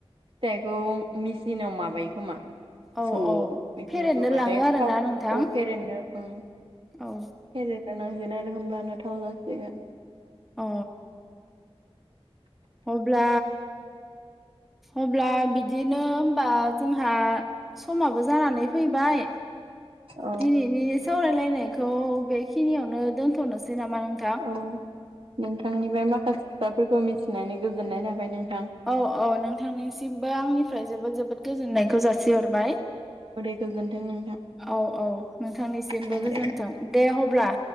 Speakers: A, on the right; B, in the centre.
A: फिथाइखौ मेसिनाव माबायो खोमा?
B: औ
A: सौवौ
B: औ
A: मेसिनाव
B: फेरेदनो
A: सौबाथाय
B: लाङो आरोना
A: थाव
B: नोंथां
A: औ फेरेननो उम
B: औ
A: फेरनो होनो आरो होमब्लानो थाव जासिगोन।
B: ओ अब्ला अब्ला बिदिनो होनबा जोंहा समाबो जानानै फैबाय
A: औ
B: दिनैनि सावरायलायनायखौ बेखिनियावनो दोनथ'नोसै नामा नों
A: औ नोंथांनिफ्राय माखासे खोथाफोरखौ मिथिनानै गोजोननाय थाबाय नोंथां।
B: औ औ नोंथांनिसिमबो आंनिफ्राय जोबोद जोबोद गोजोननायखौ जासिहरबाय।
A: दे गोजोन्थों नोंथां
B: औ औ नोंथांनिसिमबो
A: औ दे।
B: गोजोन्थों दे अब्ला।